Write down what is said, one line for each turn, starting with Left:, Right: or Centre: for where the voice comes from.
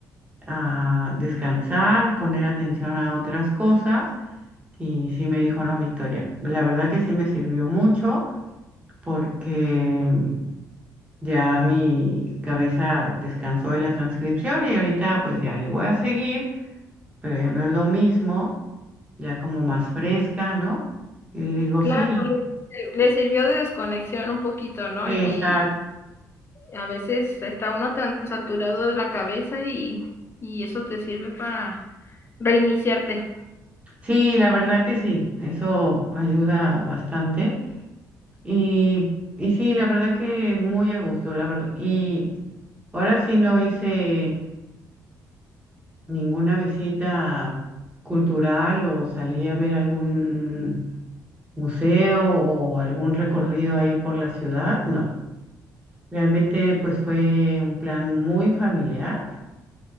Right: a descansar, poner atención a otras cosas. Y sí me dijo, no, Victoria, la verdad que sí me sirvió mucho porque ya mi cabeza descansó de la transcripción y ahorita pues ya le voy a seguir, pero ya no es lo mismo, ya como más fresca, ¿no? Y le digo,
Left: Claro,
Right: sí, la-
Left: le les sirvió de desconexión un poquito, ¿no? Y
Right: Exacto,
Left: a veces está uno tan saturado de la cabeza y, y eso te sirve para reiniciarte.
Right: Sí, la verdad que sí, eso ayuda bastante. Y, y sí, la verdad que muy a gusto, la verdad. Y ahora sí no hice ninguna visita cultural o salí a ver algún museo o algún recorrido ahí por la ciudad, no. Realmente pues fue un plan muy familiar